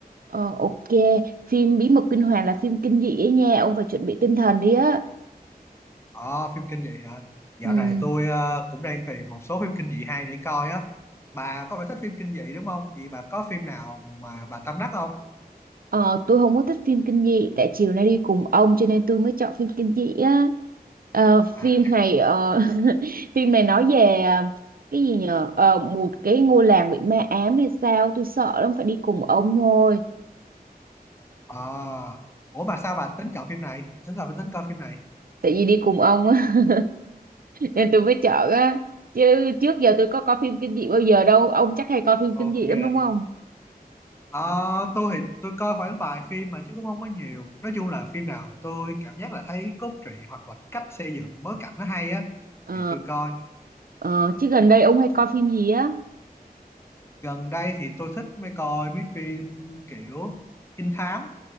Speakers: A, on the right (about 65°); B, on the left (about 15°).
A: ờ, ok, phim Bí mật kinh hoàng là phim kinh dị ấy nha, ông phải chuẩn bị tinh thần đi á.
B: ờ phim kinh dị hả dạo
A: Ừ.
B: này tôi ờ, cũng đang tìm một số phim kinh dị hay để coi á bà có phải thích phim kinh dị đúng không vậy bà có phim nào mà bà tâm đắc không
A: Ờ, tôi không có thích phim kinh dị tại chiều nay đi cùng ông cho nên tôi mới chọn phim kinh dị á Ờ,
B: à
A: phim này ờ, <laughs> phim này nói về ờ, cái gì nhờ Ờ, một cái ngôi làng bị ma ám hay sao tôi sợ lắm phải đi cùng ông thôi
B: ờ ủa bà sao bà tính chọn phim này tính là tính coi phim này
A: tại vì đi cùng ông á <laughs> nên tôi mới chọn á chứ trước giờ tôi có coi phim kinh dị bao giờ đâu ông chắc hay coi phim
B: ok
A: kinh dị lắm đúng không
B: ờ tôi thì tôi coi khoảng vài phim mà chứ cũng không có nhiều nói chung là phim nào tôi cảm giác là thấy cốt truyện hoặc là cách xây dựng bối cảnh nó hay á
A: ờ,
B: thì tôi coi
A: ờ,
B: Ờ.
A: chứ gần đây ông hay coi phim gì á
B: gần đây thì tôi thích mấy coi mấy phim kiểu trinh thám